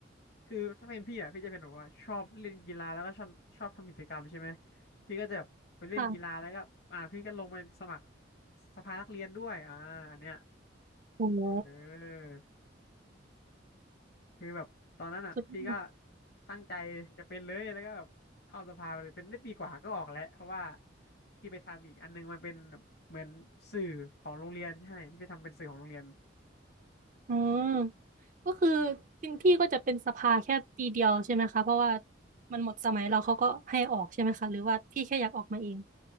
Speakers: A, on the left; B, on the right.
A: คือถ้าเป็นพี่อ่ะพี่จะเป็นแบบว่าชอบเล่นกีฬาแล้วก็ชอบชอบทำกิจกรรมใช่ไหมพี่ก็จะแบบไปเล่นกีฬาแล้วก็อ่าพี่ก็ลงไปสมัคร
B: ค่ะ
A: สภานักเรียนด้วยอ่าอันเนี้ย
B: โอ้โห
A: เออ คือแบบตอนนั้นอ่ะพี่ก็
B: สุดยอด
A: ตั้งใจจะเป็นเลยแล้วก็แบบเข้าสภาไปเลยเป็นได้ปีกว่าก็ออกแล้วเพราะว่าพี่ไปทำอีกอันนึงมันเป็นแบบเหมือนสื่อของโรงเรียนใช่พี่ไปทำเป็นสื่อของโรงเรียน
B: อืมก็คือพี่พี่ก็จะเป็นสภาแค่ปีเดียวใช่ไหมคะเพราะว่ามันหมดสมัยเราเขาก็ให้ออกใช่ไหมคะหรือว่าพี่แค่อยากออกมาเอง